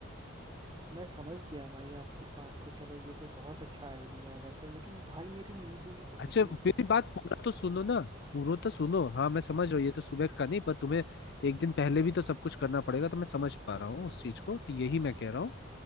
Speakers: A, on the right; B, on the left.
A: मैं समझ गया भाई आपकी बात को चलो ये तो बहुत अच्छा आइडिया है वैसे लेकिन भाई मेरी नींद ही नहीं खुलती
B: अच्छा मेरी बात पूरा तो सुनो ना पूरा तो सुनो हाँ मैं समझ रहा हूँ ये तो सुबह का नहीं पर तुम्हें एक दिन पहले भी तो सब कुछ करना पड़ेगा तो मैं समझ पा रहा हूँ उस चीज को तो यही मैं कह रहा हूँ